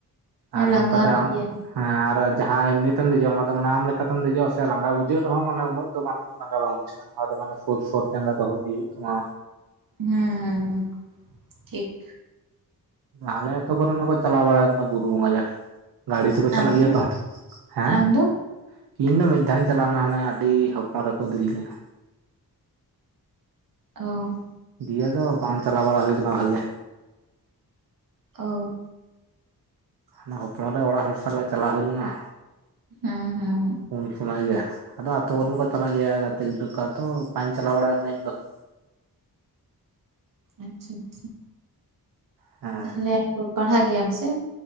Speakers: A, on the right; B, on the right.
A: ᱟᱨ
B: ᱞᱟᱸᱜᱟᱣᱤᱧ
A: ᱱᱚᱝᱠᱟᱛᱮ ᱟᱢ
B: ᱜᱮᱭᱟ
A: ᱦᱮᱸ ᱟᱨ ᱡᱟᱦᱟᱸ ᱮᱢᱱᱤᱛᱮᱢ ᱫᱮᱡᱚᱜᱼᱟ ᱚᱱᱟ ᱫᱚ ᱢᱟᱱᱮ ᱟᱢ ᱞᱮᱠᱟ ᱞᱮᱠᱟᱛᱮᱢ ᱫᱮᱡᱚᱜᱼᱟ ᱥᱮ ᱞᱟᱸᱜᱟ ᱵᱩᱡᱷᱟᱹᱜ ᱨᱮᱦᱚᱸᱟᱱᱮ ᱩᱱᱟᱹᱜ ᱫᱚ ᱵᱟᱝ ᱞᱟᱸᱜᱟ ᱵᱟᱝ ᱵᱩᱡᱷᱟᱹᱜᱼᱟ᱾ ᱱᱚᱣᱟ ᱫᱚ ᱢᱟᱱᱮ ᱯᱷᱳᱩᱨ ᱯᱷᱳᱩᱨ ᱡᱟᱸᱜᱟ ᱫᱚᱦᱚ ᱤᱫᱤ ᱦᱩᱭᱩᱜ ᱛᱟᱢᱟ᱾
B: ᱦᱮᱸ ᱦᱮᱸ ᱦᱸ ᱴᱷᱤᱠ
A: ᱟᱞᱮ ᱟᱹᱛᱩ ᱠᱚᱨᱮᱱᱟᱜ ᱠᱚ ᱪᱟᱞᱟᱣ ᱫᱟᱲᱮᱜ ᱠᱟᱱᱟ ᱵᱩᱨᱩ ᱵᱚᱸᱜᱟ ᱧᱮᱞ ᱜᱟᱹᱲᱤ ᱛᱮᱠᱚ ᱪᱟᱞᱟᱜ
B: ᱟᱢ
A: ᱜᱮᱭᱟ
B: ᱫᱚ
A: ᱛᱚ ᱦᱮᱸ
B: ᱟᱢ ᱫᱚ
A: ᱤᱧ ᱫᱚ ᱢᱤᱫ ᱫᱷᱟᱣ ᱤᱧ ᱪᱟᱞᱟᱣ ᱞᱮᱱᱟ ᱢᱟᱱᱮ ᱟᱹᱰᱤ ᱦᱚᱯᱚᱱ ᱨᱮᱠᱚ ᱤᱫᱤ ᱞᱤᱫᱤᱧᱟ᱾
B: ᱚ
A: ᱤᱭᱟᱹ ᱫᱚ ᱵᱟᱝ ᱪᱟᱞᱟᱣ ᱵᱟᱲᱟ ᱦᱩᱭ ᱟᱠᱟᱱᱟ ᱵᱷᱟᱜᱮ
B: ᱚ
A: ᱦᱟᱱ ᱦᱚᱯᱚᱱ ᱨᱮ ᱚᱲᱟᱜ ᱦᱚᱲ ᱥᱟᱞᱟᱜ ᱪᱟᱞᱟᱣ ᱦᱩᱭ ᱞᱮᱱᱟ
B: ᱦᱮᱸ ᱦᱮᱸ ᱦᱮᱸ
A: ᱩᱱ ᱥᱚᱢᱚᱭ ᱜᱮ ᱟᱫᱚ ᱟᱹᱛᱩ ᱠᱚᱨᱮᱱ ᱠᱚ ᱪᱟᱞᱟᱜ ᱜᱮᱭᱟ ᱜᱟᱛᱮ ᱜᱤᱫᱽᱨᱟᱹ ᱠᱚ ᱟᱫᱚ ᱵᱟᱹᱧ ᱪᱟᱞᱟᱣ ᱵᱟᱲᱟ ᱠᱟᱱᱟ ᱤᱧᱫᱚ <inaudible>
B: ᱟᱪᱪᱷᱟ ᱟᱪᱪᱷᱟ
A: ᱦᱮᱸ
B: ᱛᱟᱦᱚᱞᱮ ᱟᱫᱚ ᱯᱟᱲᱦᱟᱜ ᱜᱮᱭᱟᱢ ᱥᱮ